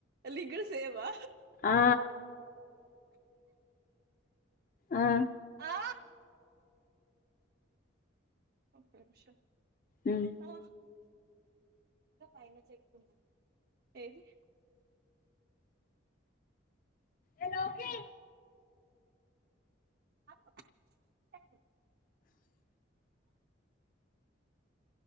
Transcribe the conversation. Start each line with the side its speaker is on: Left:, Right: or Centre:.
Right: లీకో సేవా
Left: ఆ ఆ
Right: ఆ ఓకే విష
Left: ఉమ్
Right: ఆ ఇకా పైన చెప్పుకు ఏది
Left: ఏ లోకి
Right: చె అ